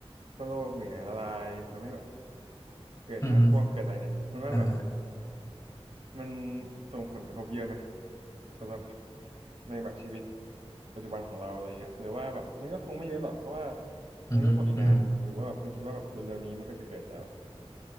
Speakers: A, on the right; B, on the left.
A: พวกโลกเนี่ยละลายทำให้แบบเกิดน้ำท่วมเกิดอะไรเนี่ยคุณว่าแบบ
B: อือฮึ อ่าฮะ
A: มันส่งผลกระทบเยอะไหมสำหรับในแบบชีวิต ปัจจุบันของเราอะไรเงี้ยหรือว่าแบบมันก็คงไม่เยอะหรอกเพราะว่า
B: อือฮึอือฮึ
A: มันก็คงอีกนานหรือว่าแบบคุณคิดว่าแบบเร็วๆนี้มันก็จะเกิดแล้ว